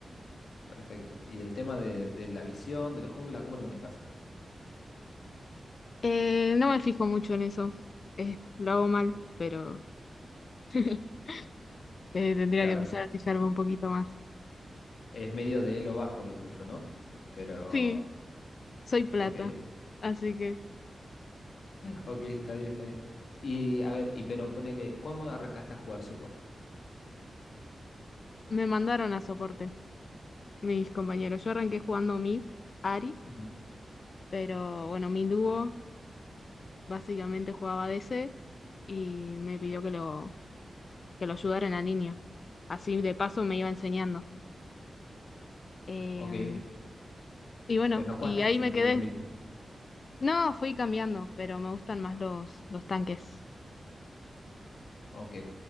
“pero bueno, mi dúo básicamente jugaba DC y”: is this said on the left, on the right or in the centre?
Left